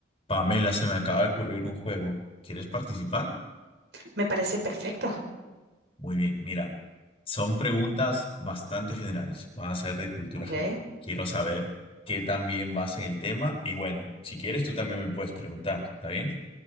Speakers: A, on the left (about 30°); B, on the right (about 65°).
A: Pamela, se me acaba de ocurrir un juego. ¿Quieres participar?
B: Me parece perfecto.
A: Muy bien, mira, son preguntas bastante generales. Van a ser de cultura
B: Ok.
A: general. Quiero saber qué también vas en el tema. Y bueno, si quieres, tú también me puedes preguntar. ¿Está bien?